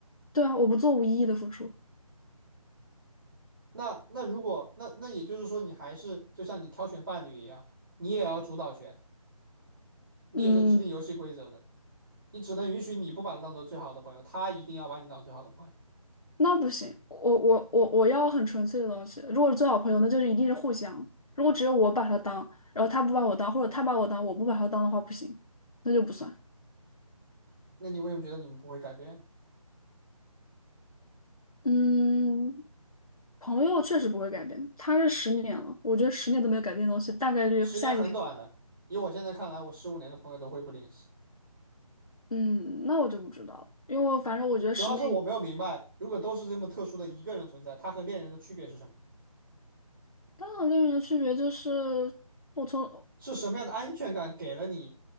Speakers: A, on the left (about 70°); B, on the right (about 35°).
A: 对啊，我不做无意义的付出。
B: 那那如果那那也就是说，你还是就像你挑选伴侣一样，你也要主导权，你也是制定游戏规则的，
A: 嗯，
B: 你只能允许你不把他当做最好的朋友，他一定要把你当最好的朋友。
A: 那不行，我我我我要很纯粹的东西。如果是最好朋友，那就是一定是互相。如果只有我把他当，然后他不把我当，或者他把我当，我不把他当的话，不行，那就不算。
B: 那你为什么觉得你们不会改变？
A: 嗯，朋友确实不会改变，他是十年了，我觉得十年都没有改变的东西，大概率下一个。
B: 十年很短的，以我现在看来，我十五年的朋友都会不联系。
A: 嗯，那我就不知道了，因为反正我觉得十年以
B: 就主要是我没有明白，如果都是这么特殊的一个人存在，他和恋人的区别是什么？
A: 当然恋人的区别就是，我从
B: 是什么样的安全感给了你